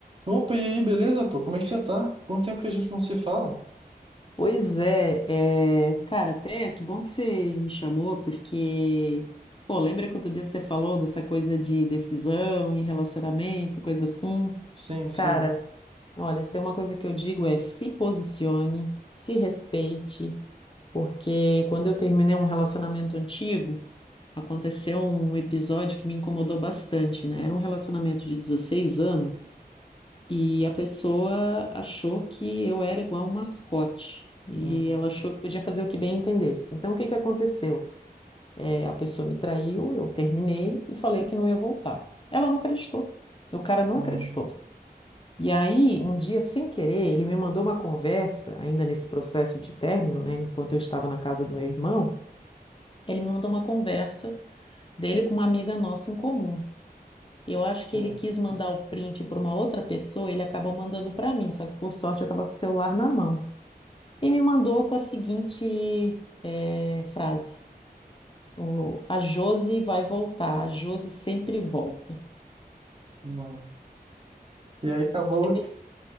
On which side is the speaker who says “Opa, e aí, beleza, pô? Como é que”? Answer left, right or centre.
Right